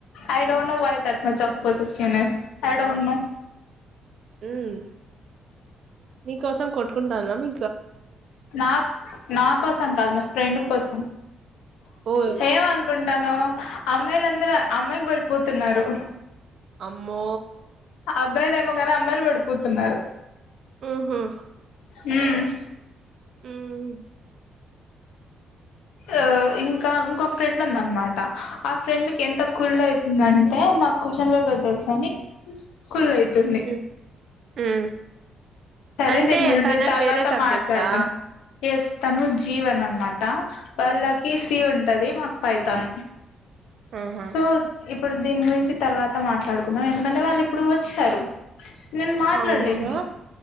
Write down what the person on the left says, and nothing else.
I don't know why that much of possessiveness I don't know
నాకు నా కోసం కాదు మా ఫ్రెండ్ కోసం
ఏం అనుకుంటానవు అమ్మాయిలుందరూ అమ్మాయికి పడిపోతున్నారు
ఆ అబ్బాయిలు ఏమో కాని అమ్మాయిలు పడిపోతున్నారు
ఉమ్
ఆ ఇంకా ఇంకో ఫ్రెండ్ ఉందనమాట ఆ ఫ్రెండ్ ఎంత కుళ్ళయితందాంటే నాకు క్వశ్చన్ పేపర్ తెలుసని కుళ్ళయితంది
సరే
దీనిగురించి
తర్వాత
మాట్లాడదాం ఎస్ తను జీవన్ అనమాట వాళ్ళకి సి ఉంటది మాకు పైథాన్
సో ఇప్పుడు దీని గురించి తర్వాత మాట్లాడుకుందాం ఎందుకంటే వాళ్ళు ఇప్పుడు వచ్చారు నేను మాట్లాడలేని